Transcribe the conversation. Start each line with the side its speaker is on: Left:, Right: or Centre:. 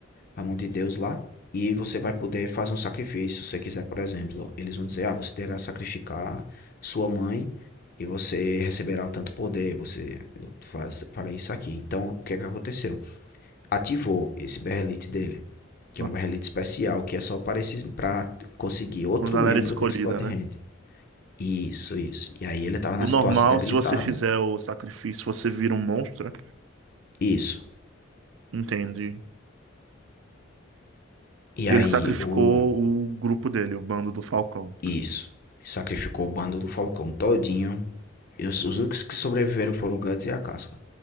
Left: a mão de Deus lá, e você vai poder fazer um sacrifício. Se você quiser, por exemplo, eles vão dizer: ah, você terá que sacrificar sua mãe e você receberá tanto poder. Você faz, fará isso aqui. Então, o que é que aconteceu? Ativou esse berrelite dele, que
Right: Uma
Left: é um berrelite especial, que é só para, esses, para conseguir outro
Right: uma galera
Left: membro
Right: escolhida,
Left: desse God
Right: né?
Left: Hand. Isso, isso. E aí ele estava
Right: O
Left: na
Right: normal,
Left: situação debilitada.
Right: se você fizer o sacrifício, você vira um monstro, né?
Left: Isso.
Right: entende?
Left: E
Right: E
Left: aí
Right: ele sacrificou
Left: o
Right: o grupo dele, o bando do Falcão.
Left: Isso. Sacrificou o bando do Falcão todinho. E os, os únicos que sobreviveram foram o Guts e a Casca.